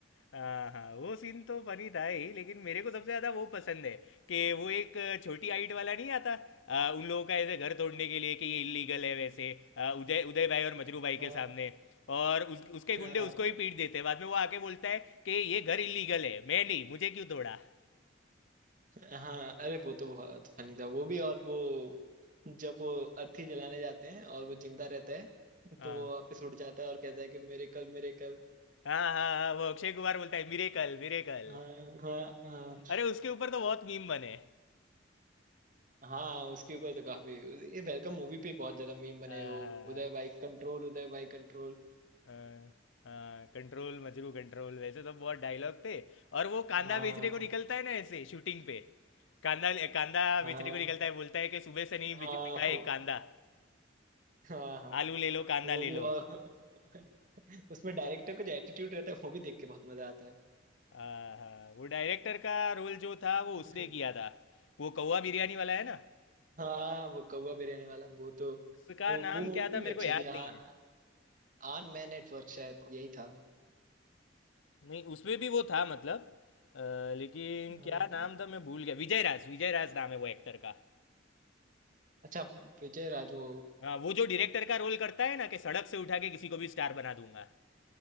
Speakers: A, on the left; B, on the right.
A: हाँ हाँ, वो सीन तो फनी था ही लेकिन मेरे को सबसे ज्यादा वो पसंद है कि वो एक छोटी हाइट वाला नहीं आता आ, उन लोगों का ऐसे घर तोड़ने के लिए कि ये इलीगल है वैसे आ, उदय उदय भाई और मजरू भाई
B: हाँ
A: के सामने और उस, उसके गुंडे
B: हाँ,
A: उसको ही पीट देते हैं बाद में वो आके बोलता है कि ये घर इलीगल है मैं नहीं मुझे क्यों तोड़ा
B: हाँ अरे वो तो बहुत फनी था वो भी और वो जब वो अर्थी जलाने जाते हैं और वो जिंदा रहता है
A: हाँ
B: तो वो वापस उड़ जाता है और कहता है कि मेरे कल मेरे कल
A: हाँ हाँ हाँ, वो अक्षय कुमार बोलता है मिरेकल मिरेकल
B: हाँ हाँ हाँ
A: अरे उसके ऊपर तो बहुत मीम बने
B: हाँ उसके ऊपर तो काफी ये वेलकम मूवी पे बहुत ज्यादा मीम बने
A: आ,
B: हैं, वो उदय भाई कंट्रोल उदय भाई कंट्रोल
A: आ, हाँ, कंट्रोल मजरू कंट्रोल वैसे सब बहुत डायलॉग थे और वो कांदा
B: हाँ
A: बेचने को निकलता है ना ऐसे शूटिंग पे कांदा कांदा
B: हाँ
A: बेचने को निकलता है बोलता है कि सुबह से नहीं
B: हाँ
A: बिच- बिका है
B: हो-
A: कांदा
B: हाँ हाँ
A: आलू ले लो कांदा
B: वो भी
A: ले
B: और
A: लो
B: <laughs> उसमें डायरेक्टर का जो एटीट्यूड रहता है वो भी देख के बहुत मजा आता
A: आहा, वो डायरेक्टर का रोल जो था वो उसने
B: है
A: किया था वो कौवा बिरयानी वाला है ना
B: हाँ वो कौवा बिरयानी वाला वो तो
A: उसका
B: वो
A: नाम
B: वो मूवी
A: क्या था
B: भी
A: मेरे
B: अच्छी
A: को याद
B: थी आ,
A: नहीं है
B: आन मैं नेटवर्क शायद यही था
A: नहीं उसमें भी वो था मतलब अ, लेकिन
B: हाँ
A: क्या नाम था मैं भूल गया विजय राज विजय राज नाम है वो एक्टर का
B: अच्छा विजय राज वो
A: हाँ वो जो डायरेक्टर का रोल करता है ना कि सड़क से उठा के किसी को भी स्टार बना दूंगा